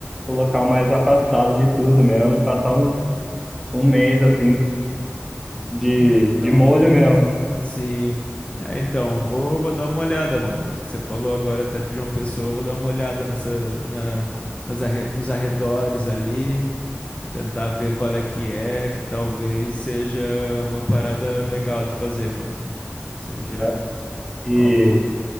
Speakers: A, in the centre; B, on the left.
A: o local mais afastado de tudo mesmo e passar um, um mês assim de,
B: É, então.
A: de molho mesmo.
B: Sim. É, então, vou, vou dar uma olhada, mano. Você falou agora até de João Pessoa, eu vou dar uma olhada nessa, na, nas arre- nos arredores ali, tentar ver qual é que é, que talvez seja uma parada legal de fazer, mano. Seja
A: né? E
B: algo.